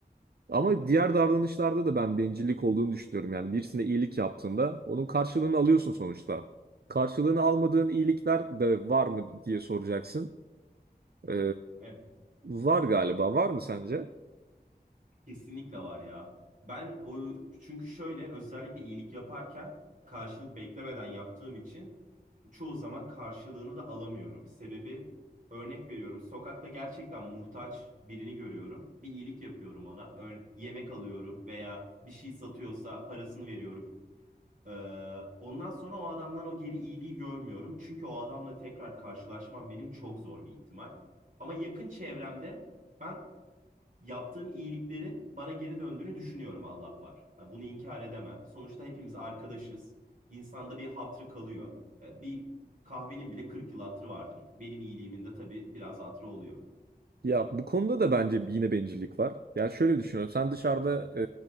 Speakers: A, on the right; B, on the right.
A: Ama diğer davranışlarda da ben bencillik olduğunu düşünüyorum. Yani birisine iyilik yaptığında onun karşılığını alıyorsun sonuçta. Karşılığını almadığın iyilikler de var mı diye soracaksın. E,
B: Evet,
A: var galiba. Var mı sence?
B: kesinlikle var ya. Ben o çünkü şöyle özellikle iyilik yaparken karşılık beklemeden yaptığım için çoğu zaman karşılığını da alamıyorum. Sebebi örnek veriyorum. Sokakta gerçekten muhtaç birini görüyorum. Bir iyilik yapıyorum ona. Ör- yemek alıyorum veya bir şey satıyorsa parasını veriyorum. Ee, ondan sonra o adamdan o geri iyiliği görmüyorum. Çünkü o adamla tekrar karşılaşmam benim çok zor bir ihtimal. Ama yakın çevremde ben yaptığım iyiliklerin bana geri döndüğünü düşünüyorum Allah var. Yani bunu inkar edemem. Sonuçta hepimiz arkadaşız. İnsanda bir hatrı kalıyor. Yani bir kahvenin bile 40 yıl hatrı vardır. Benim iyiliğimin de tabii biraz hatrı oluyor.
A: Ya bu konuda da bence yine bencillik var. Yani şöyle düşünüyorum. Sen dışarıda